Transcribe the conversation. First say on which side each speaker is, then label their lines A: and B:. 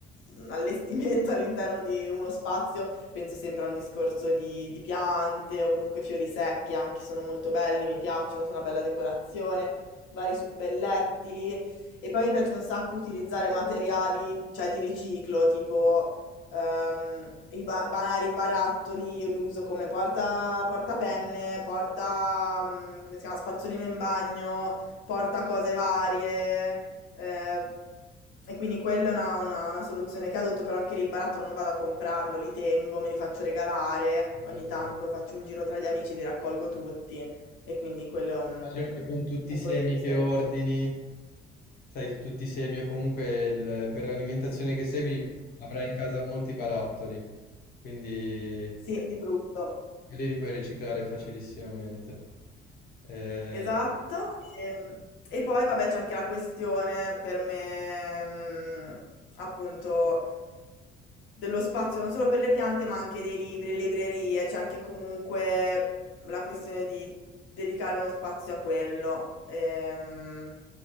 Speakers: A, on the left; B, on the left.
A: un allestimento <laughs> all'interno di uno spazio, penso sempre a un discorso di, di piante o comunque fiori secchi, anche sono molto belli, mi piacciono, sono una bella decorazione, vari suppellettili. E poi mi piace un sacco utilizzare materiali, cioè di riciclo, tipo ehm, i ba- banali barattoli, io li uso come porta, portapenne, porta, mm, come si chiama, spazzolino in bagno, porta cose varie. eh, e quindi quella è una, una- una soluzione che adotto, però anche lì il barattolo non vado a comprarlo, li tengo, me li faccio regalare, ogni
B: Esatto.
A: tanto faccio un giro tra gli amici, li raccolgo tutti. E quindi quello è un,
B: Immagino che con tutti
A: un
B: i semi
A: consiglio
B: che
A: semplice.
B: ordini, sai, tutti i semi o comunque il- per l'alimentazione che segui avrai in casa molti barattoli, quindi
A: Sì, di brutto.
B: quelli li puoi riciclare facilissimamente. Eh,
A: Esatto, ehm, e, poi vabbè c'è anche la questione per me, mm, appunto, dello spazio non solo per le piante, ma anche dei libri, le librerie, c'è anche comunque la questione di dedicare uno spazio a quello. Ehm,